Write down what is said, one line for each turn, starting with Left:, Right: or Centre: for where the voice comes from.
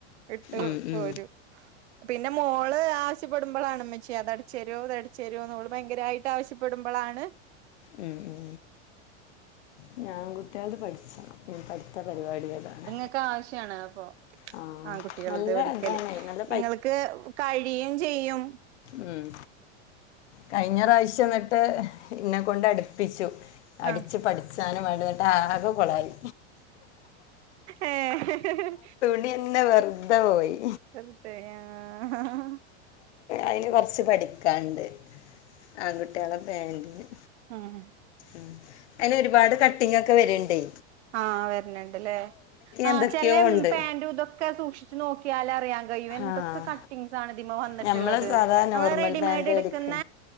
Right: ഇട്ട്
Left: ഉം, ഉം,
Right: പോരും പിന്നെ മോള് ആ വി ശ്യ പ്പെടു പ്പളാണ് ഇമ്മച്ചേ അത് അടിച്ച രോ ഇതട്ച്ച രോ ന്ന് ഓള് ഭയങ്കരമായിട്ട് ആവശ്യ പ്പെടുമ്പളാണ്
Left: ഉം ഉ ഞ്ഞ് ആകുട്ടിയാൾത് പഠിച്ച ണ്ണം ഞ്ഞ് പ്പം അടുത്ത പരിപാടി അതാണ്
Right: ക്കെ ആവശ്യാണ് അപ്പൊ
Left: ആ
Right: ആൺ കുട്ടിയാൾത്
Left: നല്ല
Right: പഠിക്കല്
Left: ഇതാണ് നല്ല
Right: നിങ്ങൾക്ക് കഴിയും ചെയ്യും
Left: ഉം കഴിഞ്ഞ റാശ്യം ന്നട്ട് ഇന്നെ കൊണ്ട് അടുപ്പിച്ചു അടിച്ച്
Right: ആ
Left: പഠിച്ചാനും വേണ്ടി ന്നട്ട് ആകെ കൊളായി
Right: ഏഹ്
Left: പിന്നെ വെറുതെ പോയി
Right: വറ് തെ ആഹ്
Left: അയിന് കൊറച്ച് പഠിക്കാണ്ട് ആൺകുട്ടിയാളെ പാന്റ് ന്
Right: മ്
Left: ഉം അയിന്ഒരുപാട് കട്ടിംഗ് ഒക്കെ വര്ണ്ടേ
Right: ആ വര്ണ് ണ്ട് ലേ ആ
Left: എന്തൊക്കെയോ
Right: ചെലെപാന്റ്
Left: ഉണ്ട്
Right: ഇതൊക്കെ സൂക്ഷിച്ച് നോ ക്കിയാല് അറിയാൻ കയ്യും എന്തൊക്കെ
Left: ആഹ്
Right: കട്ടിങ്സ് ആണ് ഇതിമ്മ വന്നിട്ടുള്ളത്
Left: ഞമ്മള് സാധാ
Right: നമ്മളെ
Left: നോർമൽ
Right: റെഡിമെയ്ഡ്
Left: പാന്റ്
Right: ട്ക്കുന്ന
Left: അടിക്ക്ണ